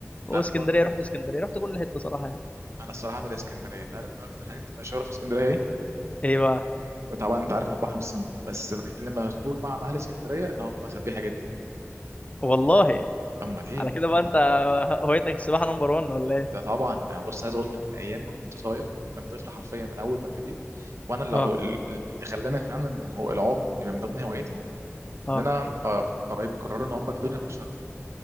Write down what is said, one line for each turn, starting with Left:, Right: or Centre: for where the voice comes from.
Left: واسكندريه
Right: تعرف برضه
Left: رحت اسكندريه رحت كل حته صراحه يعني
Right: انا الصراحه من الاسكندريه انت عارف بقى اكتر حاجات مشهوره في اسكندريه ايه
Left: ايه بقى
Right: طبعا انت عارف البحر والسمك بس أنا اللي مشهور بقى عن اهل اسكندريه ان هم سبيحه جدا
Left: والله
Right: امال ايه
Left: على كده بقى
Right: انا
Left: انت هوايتك السباحه نمبر 1 ولا ايه
Right: ده طبعا انا بص عايز اقول لك من ايام ما كنت صغير من طفل حرفيا من اول ما ابتديت وانا اللي,
Left: اه
Right: اللي خلاني فعلا اللي هو العوم يبقى من ضمن هواياتي
Left: اه
Right: ان انا آه، قرايبي قرروا ان هم ياخدوني انا كنتش عارف